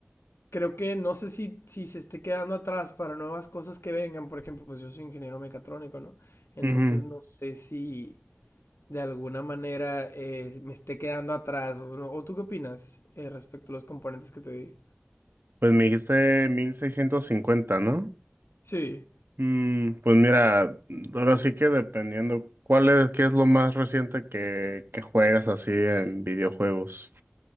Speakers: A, on the left; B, on the right.
A: creo que no sé si, si se esté quedando atrás para nuevas cosas que vengan. Por ejemplo, pues yo soy ingeniero mecatrónico, ¿no? Entonces
B: ujú.
A: no sé si de alguna manera eh, me esté quedando atrás. ¿O, no? ¿O tú qué opinas eh, respecto a los componentes que te di?
B: Pues me dijiste 1650, ¿no?
A: Sí,
B: Mm, pues mira, ahora sí que dependiendo, ¿cuál es, qué es lo más reciente que, que juegas así en videojuegos?